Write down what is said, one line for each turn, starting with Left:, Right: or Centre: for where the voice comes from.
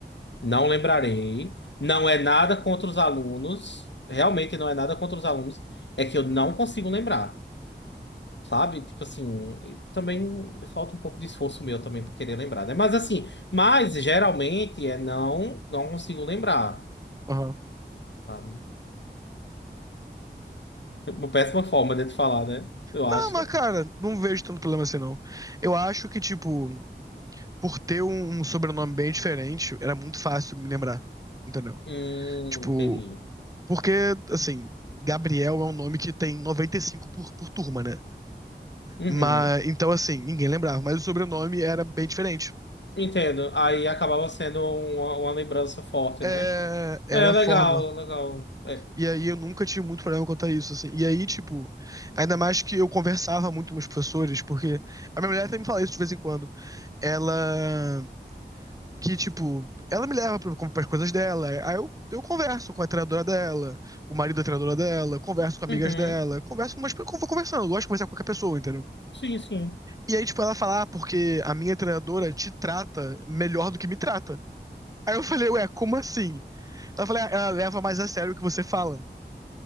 Left: Não lembrarei. Não é nada contra os alunos. Realmente não é nada contra os alunos. É que eu não consigo lembrar, sabe? Tipo assim, e também falta um pouco de esforço meu também para querer lembrar, né? Mas assim, mas geralmente é não, não consigo lembrar,
Right: <laughs> Aham.
Left: sabe? Uma péssima forma de te falar, né? Eu acho.
Right: Não, mas, cara, não vejo tanto problema assim, não. Eu acho que, tipo, por ter um, um sobrenome bem diferente, era muito fácil me lembrar, entendeu?
Left: Hum,
Right: Tipo,
Left: entendi.
Right: porque, assim, Gabriel é um nome que tem 95 por, por turma, né?
Left: Uhum.
Right: Mas, então, assim, ninguém lembrava, mas o sobrenome era bem diferente.
Left: Entendo. Aí acabava sendo uma, uma lembrança forte,
Right: É,
Left: né?
Right: era
Left: É, legal,
Right: a forma.
Left: legal. É.
Right: E aí eu nunca tive muito problema quanto a isso, assim. E aí, tipo, ainda mais que eu conversava muito com os professores, porque a minha mulher até me fala isso de vez em quando. Ela, que, tipo, ela me leva para as coisas dela. Aí eu, eu converso com a treinadora dela, o marido da treinadora dela, converso com amigas
Left: Uhum.
Right: dela, converso com umas, eu vou conversando, eu gosto de conversar com qualquer pessoa, entendeu?
Left: Sim, sim.
Right: E aí, tipo, ela fala, ah, porque a minha treinadora te trata melhor do que me trata. Aí eu falei, ué, como assim? Ela falou, "Ah, ela leva mais a sério o que você fala.